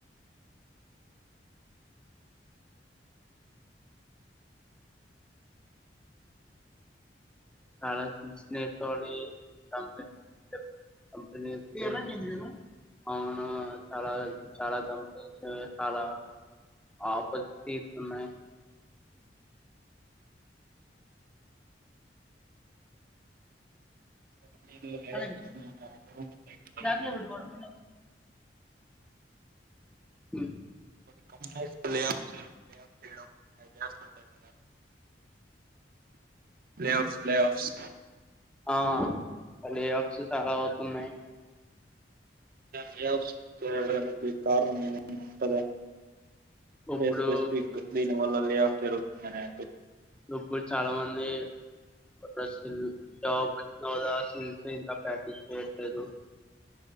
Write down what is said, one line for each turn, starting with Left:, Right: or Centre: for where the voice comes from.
Centre: చాలా సిన్సియర్ తోని <unintelligible> కంపెనీస్ కి ఇది ఎవరిది అని చూడు అవును చాలా చాలా కంపెనీస్ చాలా ఆఫర్స్ కే ఇత్తున్నాయి
Right: <unintelligible>
Centre: అదే బ్యాక్ లో పెట్టుకోవడం ఉమ్
Right: కొన్ని కంపెనీస్ కి ప్లే ఆఫ్స్ జరుగుతున్నాయా ప్లే ఆఫ్స్ అవి చేస్తుంటాయ్ కదా ప్లే ఆఫ్స్ ప్లే ఆఫ్స్
Centre: ఆ ప్లే ఆఫ్స్ చాలా అవుతున్నాయి
Right: ప్లే ఆఫ్స్ జరగడానికి కారణం ఏమన్నా ఉంటదా అంటే
Centre: ఇప్పుడు
Right: స్పెసిఫిక్ దీని వల్ల ప్లే ఆఫ్ జరుగుతుందినే
Centre: ఇప్పుడు చాలా మంది రష్యన్ జాబ్స్ <unintelligible> ఇంకా ప్రాక్టీస్ చేయట్లేదు